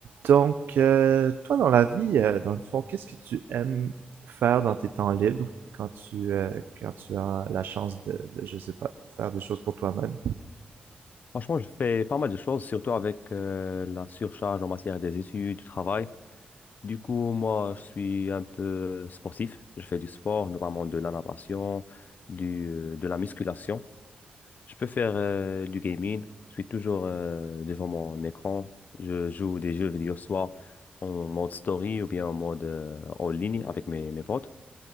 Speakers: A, on the right (about 85°); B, on the left (about 60°).
A: Donc, euh, toi, dans la vie, euh, dans le fond, qu'est-ce que tu aimes faire dans tes temps libres quand tu, euh, quand tu as la chance de, de, je sais pas, faire des choses pour toi-même?
B: Franchement, je fais pas mal de choses, surtout avec euh, la surcharge en matière des études, du travail. Du coup, moi, je suis un peu sportif. Je fais du sport, notamment de la natation, du, euh, de la musculation. Je peux faire euh, du gaming. Je suis toujours euh, devant mon écran. Je joue des jeux vidéo, soit en mode story ou bien en mode euh, en ligne avec mes, mes potes.